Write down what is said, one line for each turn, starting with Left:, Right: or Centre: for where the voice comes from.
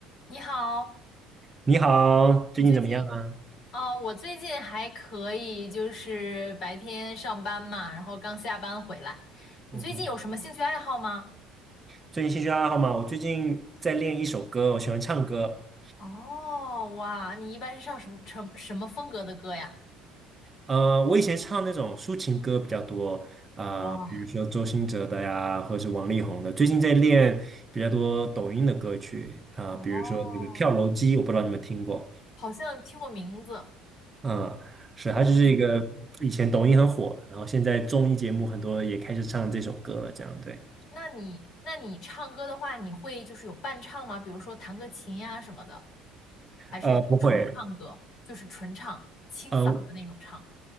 Left: 你好，
Right: 你好，
Left: 你最近
Right: 最近怎么样啊？
Left: 哦，我最近还可以，就是白天上班嘛，然后刚下班回来。你最近有什么兴趣爱好吗？
Right: 嗯哼最近兴趣爱好嘛，我最近在练一首歌，我喜欢唱歌。
Left: 哦，哇，你一般是唱什么什什么风格的歌呀？
Right: 呃，我以前唱那种抒情歌比较多，呃，
Left: 哇，
Right: 比如说周兴哲的呀，或者是王力宏的。最近在练比较多抖音的歌曲啊，
Left: 哦，
Right: 比如说那个跳楼机，我不知道你们听过。
Left: 好像听过名字。
Right: 嗯，是，
Left: 天呐，
Right: 它就是一个以前抖音很火，然后现在综艺节目很多也开始唱这首歌了，这样对。
Left: 那你那你唱歌的话，你会就是有伴唱吗？比如说弹个琴呀什么的，还是纯唱歌，
Right: 呃，不会。
Left: 就是纯唱，清嗓的那种唱？
Right: 呃